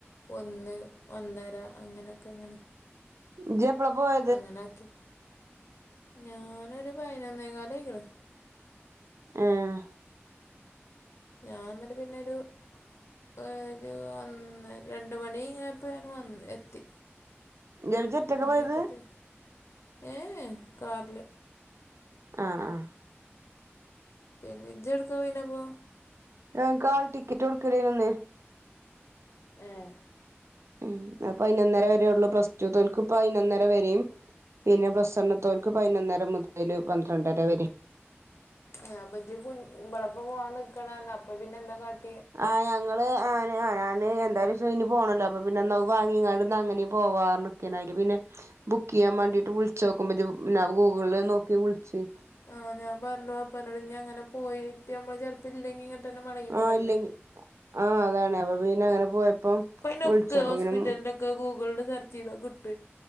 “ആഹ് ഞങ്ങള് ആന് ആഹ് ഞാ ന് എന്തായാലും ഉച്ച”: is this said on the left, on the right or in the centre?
Right